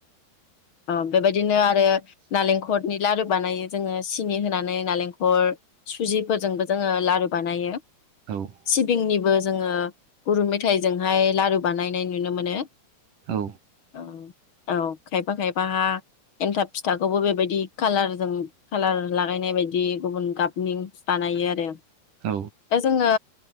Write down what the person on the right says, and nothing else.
औ
औ
औ